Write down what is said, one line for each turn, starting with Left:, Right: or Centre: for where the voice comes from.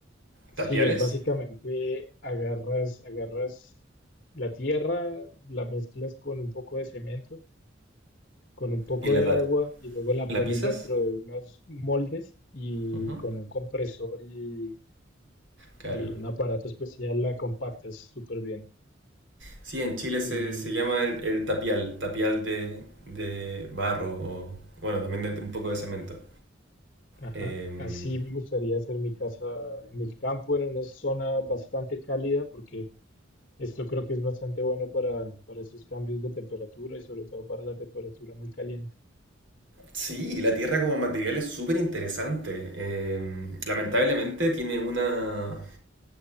Left: Sí,
Right: Tapiales
Left: es básicamente agarras, agarras la tierra, la mezclas con un poco de cemento con un poco
Right: y la,
Left: de
Right: ta-
Left: agua y luego la
Right: la
Left: pones
Right: pisas.
Left: dentro de unos moldes y
Right: Ujú,
Left: con un compresor y,
Right: Claro.
Left: y un aparato especial la compactas súper bien.
Right: Sí, en Chile se,
Left: Y
Right: se llama el, el tapial, tapial de, de barro o, bueno, también de, un poco de cemento.
Left: ajá,
Right: Em,
Left: así me gustaría hacer mi casa en el campo, en una zona bastante cálida, porque esto creo que es bastante bueno para, para esos cambios de temperatura y sobre todo para la temperatura muy caliente.
Right: Sí, la Tierra como material es súper interesante. Eh, lamentablemente tiene una